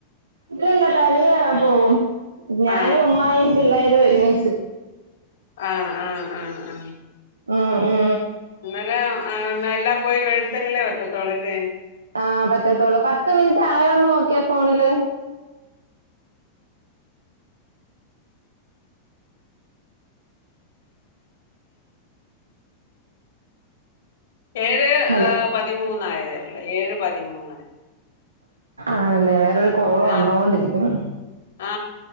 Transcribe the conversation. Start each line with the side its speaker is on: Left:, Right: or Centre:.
Right: ഇല്ലല്ല തനിയ ഞാൻ പോവും ഞാനും
Left: ആ,
Right: ഉമ്മായും പിള്ളേരും ഒരുമിച്ച്
Left: ആ ആ ആ, ആ,
Right: ആ ആ
Left: അ ആ എല്ലാം പോയി മേടിച്ചെങ്കിലേ പറ്റത്തോളൂല്ലേ
Right: ആ പറ്റത്തോള്ളൂ പത്ത് മിനിറ്റ് ആയോന്ന് നോക്കിയെ ഫോണില്
Left: ഏഴ്
Right: ഹലോ
Left: ഏ പതിമൂന്നായത് ഏഴ് പതിമൂന്
Right: ആണല്ലേ വേറൊരു കോള് വന്നൊണ്ടിരിക്ണ്
Left: ആ ആ